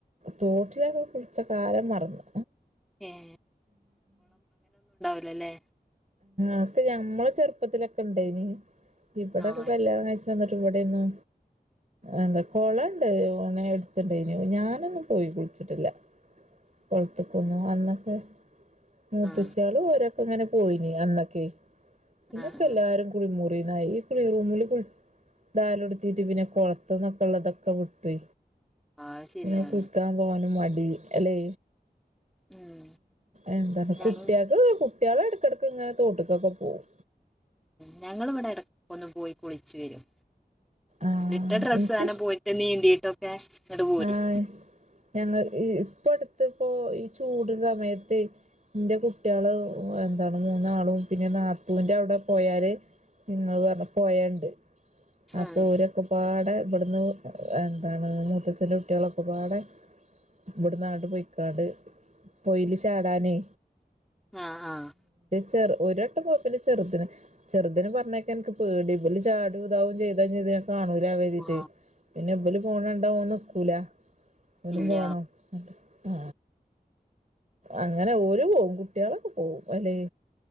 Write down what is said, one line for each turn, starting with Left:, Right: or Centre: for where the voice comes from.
Right: തോട്ടിലക്കെ കുളിച്ച കാലം മറന്നു.
Centre: ഏഹ് ല്ലല്ലേ
Right: അക്കെ ഞമ്മളെ ചെറുപ്പത്തിലൊക്കെ ഇണ്ടയിനി ഇവിടൊക്കെ
Centre: ആഹ്
Right: കല്യാണം കഴിച്ച ന്നിട്ട് ഇവിടെന്ന് എന്താ കൊളണ്ട് ഓനെ ടുത്ത്ണ്ടയിന് ഞാനൊന്നും പോയി കുളിച്ചിട്ടില്ല.
Centre: <inaudible>
Right: കൊളത്ക്കൊന്നു അന്നൊക്കെ മൂത്തിച്യാളും
Centre: ആഹ്
Right: ഒരൊക്കെങ്ങനെ. പോയിനി അന്നക്കെയ് ഇന്നക്ക
Centre: ആഹ്
Right: എല്ലാരും
Centre: ആഹ്
Right: കുളിമുറി ഈ കുളിറൂമില് ദാലടുതീട്ട് പിന്നെ കൊളത്തന്നൊക്കെ ഉള്ള തൊക്കെ വിട്ടു
Centre: അത് ശരിയാണ്
Right: പിന്നെ കുളിക്കാൻ പോവാനും മടി അല്ലേ?
Centre: ഉം
Right: എന്ത
Centre: ഞങ്ങ
Right: കുട്ടികക്ക് കുട്ടികൾ എട്‌ ടക്ക ഇങ്ങനെ തോട്ട്ക്കൊക്കെ പോവും.
Centre: ഞങ്ങൾ ഇവിടെ എടക്കൊന്ന് പോയി കുളിച്ചു വരും.
Right: ആഹ്
Centre: ഇട്ട ഡ്രസ്സ്സനെ
Right: ഇൻക്കിഷ്
Centre: പോയിട്ട് നീന്തീട്ടൊക്കെ ങ്ങട് പോരും.
Right: ആഹ് ഞങ്ങൾ ഇപ്പ അടുത്ത്പ്പൊ ഈ ചൂട് സമയത്ത് ന്റെ കുട്ടിയാള്. എന്താണ് മൂന്നാളും പിന്നെ നാത്തൂന്റെ അവിടെ പോയാല് നിങ്ങൾ പറഞ്ഞ പൊയണ്ട്.
Centre: ഉം
Right: അപ്പൊ ഒരൊക്കെപാടെ ഇബ്ട്‌ന്ന് എന്താണ് മൂത്തഛ ചില കുട്ടികളൊക്കെപാടെ ഇവിടെ നാട് പോയ്‌ക്കാണ്ട് പൊയീല് ചാടാനേ.
Centre: ആഹ് ആഹ്
Right: ചെറു ഒരട്ടം കൊയ്പ്പില്ല ചെറുതിന് ചെറുതിനെ പറഞ്ഞയക്കാൻ ൻക്ക് പേടി ബല് ചാടും ഇതാവും ചെയ്താ കാണൂല വേദീട്ട്
Centre: ആഹ്
Right: പിന്നെ ബലും പോണണ്ട ഓൻ നിക്കൂല. ഒനും
Centre: ഇല്ല
Right: പോണം. ആ അങ്ങനെ ഓര് പോവും കുട്ടിയെളൊക്കെ പോവും അല്ലെ?